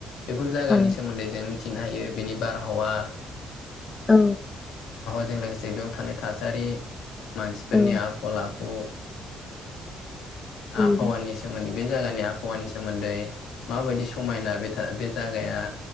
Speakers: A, on the left (about 85°); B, on the left (about 25°).
A: बेफोर जागानि
B: औ
A: सोमोन्दै जों मिथिनो थायो बिनि बारहावा
B: औ।
A: जों लोगोसे बेयाव थानाय थासारि मानसि फोरनि
B: औ
A: आखल आखु
B: नंगौ
A: आबहावानि सोमोन बे जागानि आबहावानि सोमोन्दै माबायदि समायना बे बे जागाया।